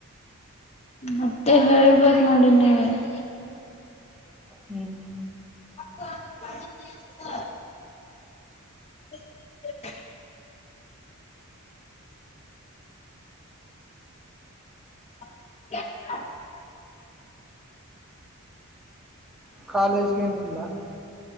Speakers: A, on the left; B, in the centre.
A: ಮತ್ತೆ ಹೇಳ್ಬೇಕೇು ನೋಡಿ ನೀವವೆ <inaudible>
B: ಹ್ಮ್ <inaudible>
A: <inaudible> <unintelligible> ಹ <inaudible> <unintelligible>
B: ಕಾಲೇಜ್ಗೇನಿಲ್ಲ <inaudible>